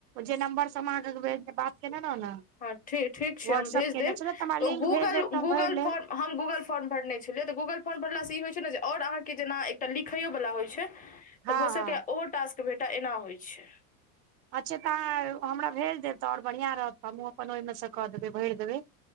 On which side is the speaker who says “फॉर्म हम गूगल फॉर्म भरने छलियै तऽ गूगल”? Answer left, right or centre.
Left